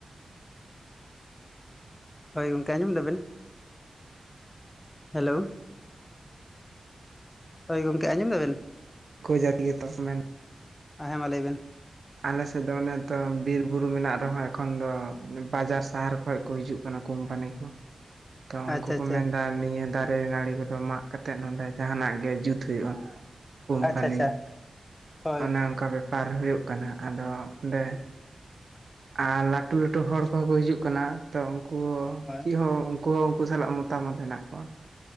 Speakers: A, on the left (about 25°); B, on the right (about 65°).
A: ᱦᱳᱭ ᱜᱚᱝᱠᱮ ᱟᱸᱡᱚᱢ ᱫᱟᱵᱤᱱ? ᱦᱮᱞᱳ, ᱦᱳᱭ ᱜᱚᱝᱠᱮ, ᱟᱸᱡᱚᱢ ᱫᱟᱵᱮᱱ?
B: ᱠᱩ ᱡᱟᱹᱛ ᱜᱮᱛᱚ ᱢᱮᱱ
A: ᱮᱸ ᱦᱮᱸ ᱢᱟ ᱞᱟᱹᱭᱵᱮᱱ
B: ᱟᱞᱮᱥᱮᱫ ᱫᱚ ᱚᱱᱮ ᱛᱚ ᱵᱤᱨ ᱵᱩᱨᱩ ᱢᱮᱱᱟᱜ ᱨᱮᱦᱚᱸ ᱮᱠᱷᱚᱱ ᱫᱚ ᱵᱟᱡᱟᱨ ᱥᱟᱦᱮᱨ ᱠᱷᱚᱱ ᱠᱚ ᱦᱤᱡᱩᱜ ᱠᱟᱱᱟ ᱠᱳᱢᱯᱟᱱᱤ ᱠᱚ᱾ ᱛᱚ ᱩᱱᱠᱩ
A: ᱟᱪᱪᱷᱟ
B: ᱠᱚ
A: ᱟᱪᱪᱷᱟ
B: ᱢᱮᱱᱫᱟ ᱱᱤᱭᱟᱹ ᱫᱟᱨᱮ ᱱᱟᱹᱲᱤ ᱠᱚᱫᱚ ᱢᱟᱜ ᱠᱟᱛᱮᱫ ᱱᱚᱰᱮ ᱡᱟᱦᱟᱱᱟᱜ ᱜᱮ ᱡᱩᱛ ᱦᱩᱭᱩᱜᱼᱟ ᱠᱳᱢᱯᱟᱱᱤ
A: ᱟᱪᱪᱷᱟ ᱟᱪᱪᱷᱟ ᱦᱳᱭ
B: ᱚᱱᱮ ᱚᱱᱠᱟ ᱵᱮᱯᱟᱨ ᱦᱩᱭᱩᱜ ᱠᱟᱱᱟ ᱟᱫᱚ ᱚᱸᱰᱮ ᱟᱨ ᱞᱟᱹᱴᱩ ᱞᱟᱹᱴᱩ ᱦᱚᱲ ᱠᱚᱦᱚᱸ ᱠᱚ ᱦᱤᱡᱩᱜ ᱠᱟᱱᱟ ᱛᱚ ᱩᱱᱠᱩ
A: ᱦᱳᱭ
B: ᱪᱮᱜ ᱦᱚᱸ ᱩᱱᱠᱩ ᱦᱚᱸ ᱩᱱᱠᱩ ᱥᱟᱞᱟᱜ ᱢᱚᱛᱟᱢᱚᱛ ᱦᱮᱱᱟᱜ ᱠᱚᱣᱟ᱾